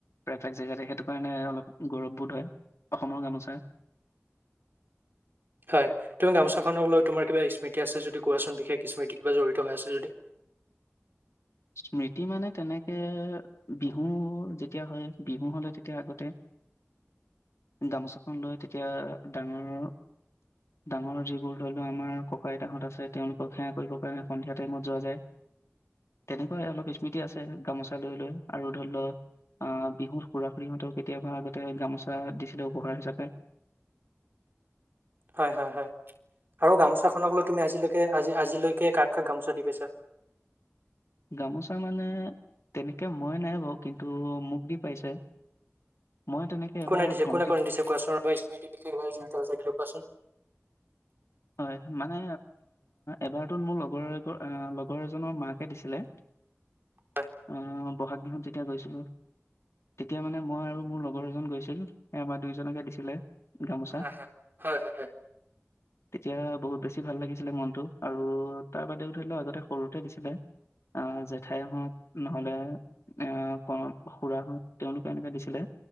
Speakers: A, on the left (about 85°); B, on the right (about 50°).
A: প্ৰায়ভাগ জেগাতে সেইটো কাৰণে অলপ গৌৰৱবোধ হয়, অসমৰ গামোচা।
B: হয় তুমি গামোচাখনক লৈ তোমাৰ কিবা স্মৃতি আছে যদি কোৱাচোন, বিশেষ স্মৃতি কিবা জড়িত হৈ আছে যদি?
A: স্মৃতি মানে তেনেকে বিহু যেতিয়া হয় বিহু হ'লে তেতিয়া আগতে গামোচাখন লৈ তেতিয়া ডাঙৰ-ডাঙৰ যিবোৰ ধৰি লোৱা আমাৰ ককা-আইতাহঁত আছে, তেওঁলোকক সেৱা কৰিবৰ কাৰণে সন্ধিয়া টাইমত যোৱা যায়। তেনেকুৱাই অলপ স্মৃতি আছে, গামোচা লৈ-লৈ আৰু ধৰি লও আহ বিহুত খুৰা-খুৰিহঁতেও কেতিয়াবা আগতে গামোচা দিছিলে উপহাৰ হিচাপে।
B: হয়-হয়-হয় আৰু গামোচাখনক লৈ তুমি আজিলৈকে আজি-আজিলৈকে কাক-কাক গামোচা দি পাইছা?
A: গামোচা মানে তেনেকে মই নাই বাৰু কিন্তু মোক দি পাইছে। মই তেনেকে
B: কোনে
A: এবাৰ
B: দিছে
A: ভন্টিক
B: কোনে কোনে দিছে কোৱাচোন স্মৃতি <unintelligible> কোৱাচোন।
A: হয় মানে এবাৰটোত মোৰ লগৰ এ লগৰ এজনৰ মাকে দিছিলে।
B: হয়।
A: আহ বহাগ বিহুত যেতিয়া গৈছিলোঁ। তেতিয়া মানে মই আৰু মোৰ লগৰ এজন গৈছিল সে আমাৰ দুয়োজনকে দিছিলে। গামোচা
B: হয় হয় হয়।
A: এতিয়া বহুত বেছি ভাল লাগিছিলে মনতটো আৰু তাৰ বাদেও ধৰি লও আগতে সৰুতে দিছিলে। আহ জেঠাই হওঁক নহলে আহ ক খুৰা হত তেওঁলোকে এনেকে দিছিলে।